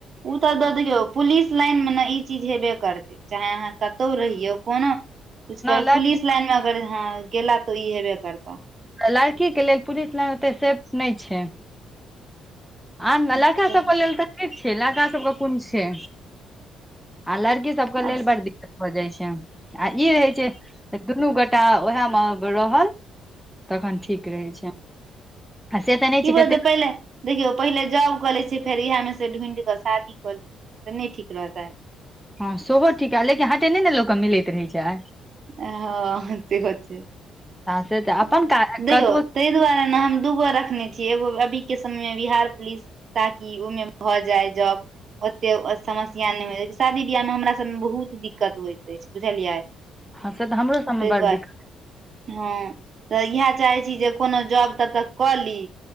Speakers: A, on the right; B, in the centre.
A: ओ तऽ दऽ दियऔ पुलिस लाइन मे ने ई चीज हेबे करतै चाहे अहाँ कतौ रहियो कोनो कुछ कर
B: लड़की
A: पुलिस लाइन मे अगर ह गेला तऽ ई हेबे करता
B: तऽ लड़की के लेल पुलिस लइन ओते सेफ नय छै आ ने लड़का
A: अच्छा
B: सबके लेल तऽ ठीक छै लड़का सबके कोन छै आ लड़की सबके
A: आब
B: लेल बड दिक्कत भ जाइ छै आ ई रहै छै दुनू गोटा उएह मे रहल तखन ठीक रहै छै आ से तऽ नहि
A: ई
B: छै
A: भऽ
B: कते
A: जेतै पहिले देखियौ पहिले जॉब कऽ लै छियै फेर इएहमे से ढूँढ कऽ शादी कऽ लेबै तऽ नइ ठीक रहतै
B: हँ सेहो ठीक लेकिन हटे नै नऽ लोक कऽ मिलैत रहै छै
A: हँ सेहो छै
B: से तऽ अपन
A: देखियौ
B: काज कतबो
A: ताहि दुआरे नऽ हम दूगो रखने छीयै एगो अभी केँ समयमे बिहार पुलिस ताकि ओहिमे भऽ जाय जोब ओते समस्य नहि होइ शादी बियाहमे हमरा सभमे बहुत दिक्कत होइत अछि बुझलियै
B: हँ से तऽ हमरो सबमे
A: ताहि दुआरे
B: बड़ दिक्कत
A: हँ तऽ इएह चाहे छी जे कोनो जॉब तब तक कऽ ली